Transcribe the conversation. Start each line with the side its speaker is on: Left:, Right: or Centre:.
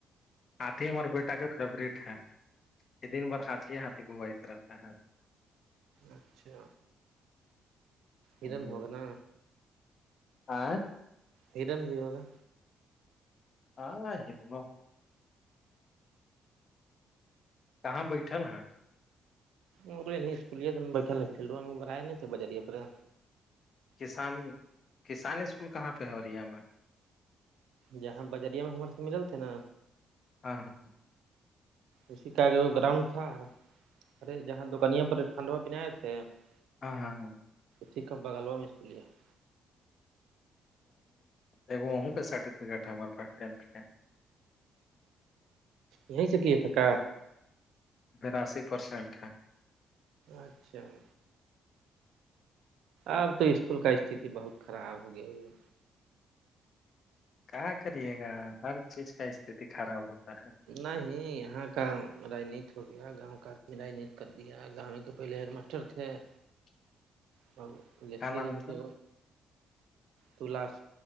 Left: ہاتھی ہمار بیٹا کے فیورٹ ہے یہ دن بار ہاتھی ہی ہاتھی بو رہتا ہے
Right: اچھا
Left: ہ
Right: ان ہوگنا
Left: آ <inaudible>
Right: ہڈن بھی ہوگا
Left: آ یہ سم کہاں بیٹھل ہیں
Right: اور اسکول بیٹھا فڈ نہیں تھ بار
Left: کسان کسان اسکول کہاں پہ ہو رہی ہے ہمیں
Right: جاں بجریا میں ہمارے س مل تھے نا
Left: ہاں ہاں
Right: اسی کا جو گراؤنڈ تھا ارے جہاں دکانیا پر کاندہ بینائے آے <unintelligible>
Left: ہاں ہاں ہاں
Right: کھ کب بگلوا م اس پ لیا <unintelligible>
Left: ہگ ا کے سرٹیفکٹ ہے ہمار پاس ٹ کے <unintelligible>
Right: یہیں سےکے تھا کا
Left: براسی پرسینٹ ہے
Right: اچھا <unintelligible> اب تو اسکول کا استتی بہت خراب ہو گیا ہے
Left: کہ کریے گا ہر چیز کا استتی خراب ہوتا ہے
Right: نہیں یہاں کا رجنیت ہو گیا گاؤں کا رانیت کر دیا گاؤں کو پہلے حر میں پٹر تھے <unintelligible>
Left: <inaudible>
Right: ہ <unintelligible>
Left: کیا
Right: لسلی
Left: نام
Right: گنج
Left: تھا
Right: کے تلاس